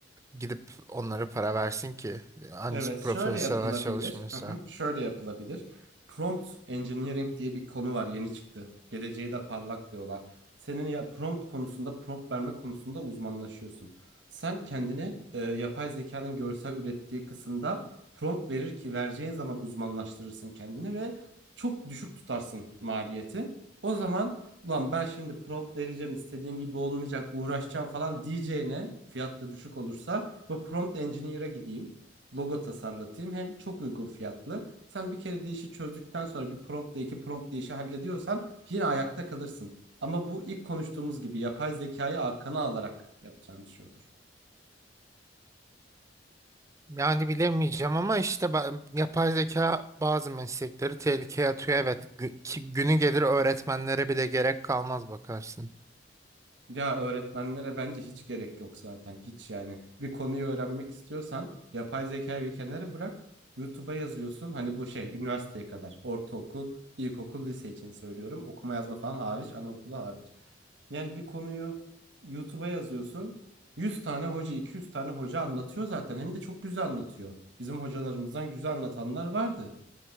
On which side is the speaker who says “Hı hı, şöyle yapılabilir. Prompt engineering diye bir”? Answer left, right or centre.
Right